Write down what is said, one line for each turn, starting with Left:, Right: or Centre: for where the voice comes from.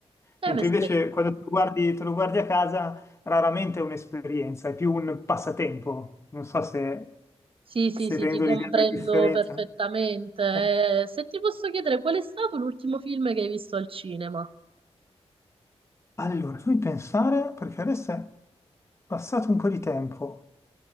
Right: È
Left: Mentre
Right: un'esperienza.
Left: invece quando te lo guardi, te lo guardi a casa, raramente è un'esperienza, è più un passatempo. Non so se,
Right: Sì, sì,
Left: se
Right: sì,
Left: rendo
Right: ti comprendo
Left: l'idea della differenza.
Right: perfettamente.
Left: Eh,
Right: Eh, se ti posso chiedere, qual è stato l'ultimo film che hai visto al cinema?
Left: Allora, fammi pensare, perché adesso è passato un po' di tempo.